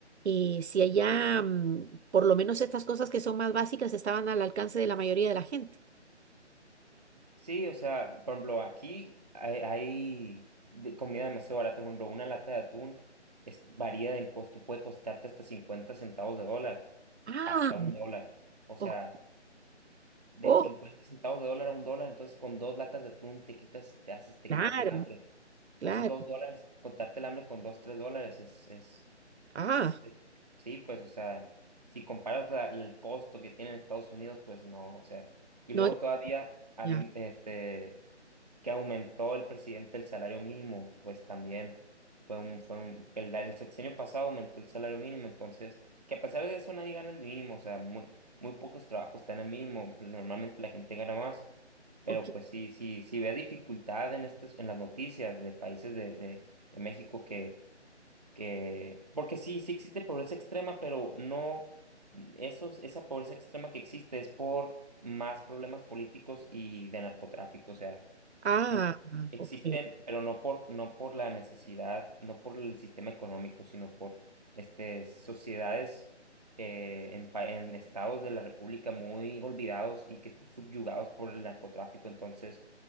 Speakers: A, on the right; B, on the right.
A: Y si allá, mm, por lo menos estas cosas que son más básicas estaban al alcance de la mayoría de la gente.
B: sí, o sea, por ejemplo, aquí hay, hay de comida demasiado barata, por ejemplo, una lata de atún es, varía en costo, puede costarte hasta 50 centavos de dólar,
A: Ah,
B: hasta un dólar. O sea...
A: ok.
B: de
A: Oh,
B: 50 centavos de dólar a un dólar, entonces con dos latas de atún te quitas, te haces, te
A: claro,
B: quitas el hambre. Entonces
A: claro.
B: dos dólares, contarte el hambre con dos, tres dólares es, es,
A: Ah,
B: es, es- sí, pues, o sea, si comparas a- el costo que tiene en Estados Unidos, pues no, o sea, y
A: no,
B: luego todavía, habien-
A: ya,
B: este, que aumentó el presidente el salario mínimo, pues también fue un, fue un, el, da- el sexenio pasado aumentó el salario mínimo, entonces, que a pesar de eso nadie gana el mínimo, o sea, muy, muy pocos trabajos están el mínimo, normalmente la gente gana más, pero
A: ok.
B: pues sí, sí, sí ve dificultad en estas, en las noticias de países de, de, de México que, que, porque sí, sí existe pobreza extrema, pero no, esos, esa pobreza extrema que existe es por más problemas políticos y de narcotráfico, o sea,
A: Ah,
B: Much- existen,
A: ok.
B: pero no por, no por la necesidad, no por el sistema económico, sino por este, sociedades eh, en, pa- en estados de la República muy olvidados y que están subyugados por el narcotráfico. Entonces,